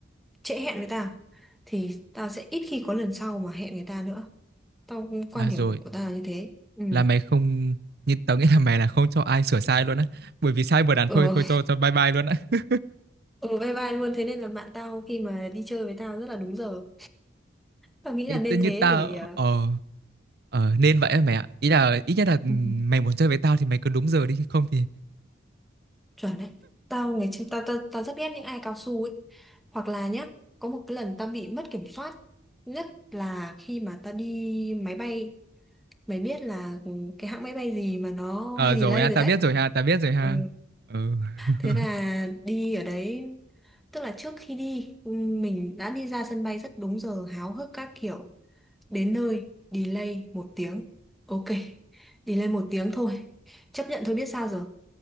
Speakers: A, in the centre; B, on the right.
A: trễ hẹn với tao thì tao sẽ ít khi có lần sau mà hẹn người ta nữa tao cũng quan
B: à
A: điểm
B: rồi
A: của tao là như thế ừ
B: là mày không như tao nghĩ là mày là không cho ai sửa sai luôn á bởi vì sai một đàn
A: ờ
B: thôi thôi cho cho bye bye luôn á <laughs>
A: ừ, bye bye luôn thế nên là bạn tao khi mà đi chơi với tao rất là đúng giờ tao nghĩ
B: Ý,
A: là nên
B: tự như
A: thế
B: tao
A: để ờ,
B: ờ ờ nên vậy á mày ạ ý là ít nhất là ừ,
A: Ừ.
B: mày muốn chơi với tao thì mày cứ đúng giờ đi không thì
A: chuẩn đấy tao ngày trước tao, tao tao rất ghét những ai cao su ấy hoặc là nhá có một cái lần tao bị mất kiểm soát nhất là khi mà tao đi máy bay mày biết là ừ, cái hãng máy bay gì mà nó
B: ờ
A: hay
B: rồi
A: delay
B: ha
A: rồi
B: tao
A: đấy
B: biết rồi ha tao biết rồi ha
A: ừ,
B: ừ <laughs>
A: Thế là đi ở đấy, tức là trước khi đi, mình đã đi ra sân bay rất đúng giờ, háo hức các kiểu. Đến nơi, delay một tiếng. Ok, delay một tiếng thôi. Chấp nhận thôi biết sao giờ.